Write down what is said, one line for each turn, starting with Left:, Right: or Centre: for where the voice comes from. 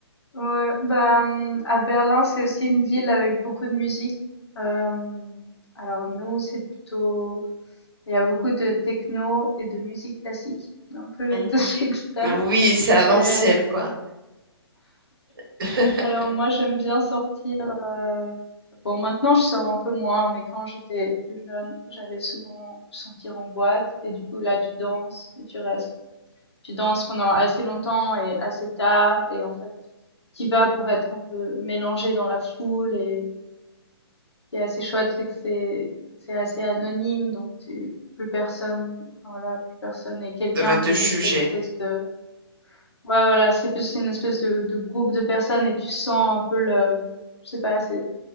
Left: Ouais, bah, hum, à Berlin, c'est aussi une ville avec beaucoup de musique. Euh, alors nous, c'est plutôt... Il y a beaucoup de techno et de musique classique, <laughs> un peu les
Right: Mhm.
Left: deux <laughs> extrêmes.
Right: Oui, c'est à
Left: Et,
Right: l'ancienne, quoi. <laughs>
Left: alors moi, j'aime bien sortir... euh, Bon, maintenant, je sors un peu moins, mais quand j'étais plus jeune, j'allais souvent sortir en boîte. Et du coup, là, tu danses et tu restes. tu danses pendant assez longtemps et assez tard et en fait tu vas pour être un peu mélangé dans la foule et ce qui est assez chouette c'est que c'est c'est assez anonyme donc tu plus personne enfin, voilà plus personne et quelqu'un
Right: Va te
Left: t'es juste
Right: juger.
Left: cette espèce de ouais voilà c'est plus une espèce de, de groupe de personnes et tu sens un peu le je sais pas c'est